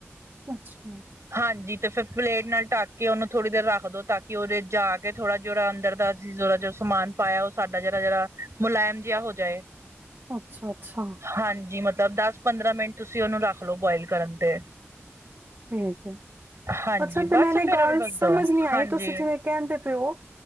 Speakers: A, on the right; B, on the right.
A: ਅੱਛਾ
B: ਹਾਂਜੀ ਤੇ ਫਿਰ ਪਲੇਟ ਨਾਲ ਢੱਕ ਕੇ ਉਹਨੂੰ ਥੋੜ੍ਹੀ ਦੇਰ ਰੱਖ ਦੋ ਤਾਂ ਕਿ ਉਹਦੇ ਜਾ ਕੇ ਥੋੜ੍ਹਾ ਜਿਹੜਾ ਅੰਦਰ ਦਾ ਥੋੜਾ ਜਿਹਾ ਜੋ ਸਮਾਨ ਪਾਇਆ ਉਹ ਸਾਡਾ ਜਿਹੜਾ ਜਿਹੜਾ ਮੁਲਾਇਮ ਜਿਹਾ ਹੋ ਜਾਏ
A: ਅੱਛਾ ਅੱਛਾ
B: ਹਾਂਜੀ ਮੱਤਲਬ ਦਸ ਪੰਦਰਾਂ ਮਿੰਟ ਤੁਸੀਂ ਉਹਨੂੰ ਰੱਖ ਲਓ ਬੋਇਲ ਕਰਨ ਤੇ
A: ਠੀਕ ਹੈ
B: ਹਾਂਜੀ
A: ਅੱਛਾ ਤੇ
B: ਬਸ
A: ਮੈਨੂੰ ਇਕ
B: ਫੇਰ
A: ਗੱਲ
B: ਉਹਦੇ ਬਸ
A: ਸਮਝ
B: ਦੋ
A: ਨੀ ਆਈ
B: ਹਾਂਜੀ
A: ਤੁਸੀਂ ਜਿਵੇਂ ਕਹਿੰਦੇ ਪਏ ਹੋ